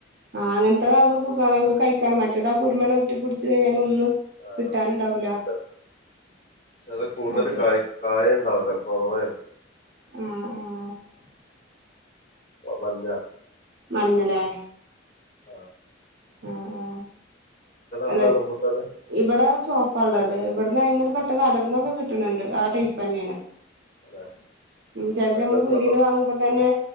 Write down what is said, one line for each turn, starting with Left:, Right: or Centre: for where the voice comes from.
Right: ആാ അങ്ങനത്തെതാകുമ്പോ സുഖാണ് നമക്ക് കഴിക്കാനും മറ്റേതാ കുരുമണ ഒട്ടിപ്പടിച്ച് കഴിഞ്ഞാൽ ഒന്നും
Left: ആാ
Right: കിട്ടാനുണ്ടാവൂല
Left: <unintelligible> പശേ അത് കൂടുതല്
Right: മറ്റേ
Left: കായാ കായാ ഒണ്ടാവലോ കൊറാ
Right: ആആ
Left: ഓ മഞ്ഞാ
Right: മഞ്ഞലെ
Left: ആാ
Right: ആാ ആാ അതെ
Left: ഉള്ളെ റംബൂട്ടാന്
Right: ഇവടെ ചോ ഒള്ളത് ഇവടെന്ന് അയ്മല് പെട്ടന്നെക്കേ അടന്നോക്കി കിട്ടണെണ്ട് ആടെ ഇപ്പേ തന്നെയാണ്
Left: അല്ലെ
Right: ഉം ചെലത്
Left: അതിനെന്താ
Right: നമ്മ പിടിന്ന്
Left: പ്രത്യേ
Right: വാങ്ങ്മ്പാ തന്നെ